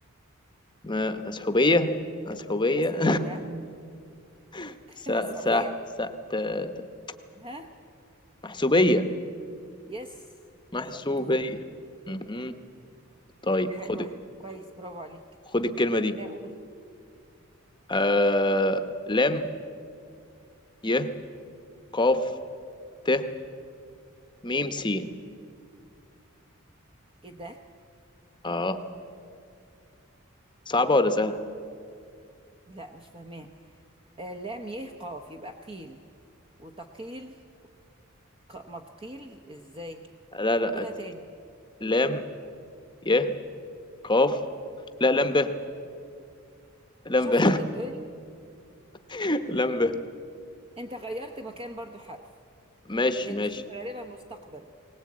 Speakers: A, on the left; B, on the right.
A: ما- مسحوبية مسحوبية
B: مسحوبية
A: <laughs>
B: <laughs>
A: س
B: مسحوبية
A: س س ت
B: ها
A: محسوبية
B: يس
A: محسوبية
B: شطور
A: مهم. طيب
B: حلو
A: خد
B: حلو كويس برافو عليك
A: خد الكلمة دي
B: اقول
A: آه... لام ي قاف ت ميم سين
B: ايه ده
A: اه صعبة ولا سهلة؟
B: لا مش فاهماها آه لام يه قاف يبقى قيل وتقيل ومتقيل ازاي
A: لا لا
B: قولها تاني
A: لام ي قاف لا لام ب لام
B: شفت
A: ب
B: انت بتقول
A: <laughs> لام ب
B: انت غيرت مكان برضو حرف
A: ماشي
B: لان
A: ماشي
B: دي كده غالبا مستقبل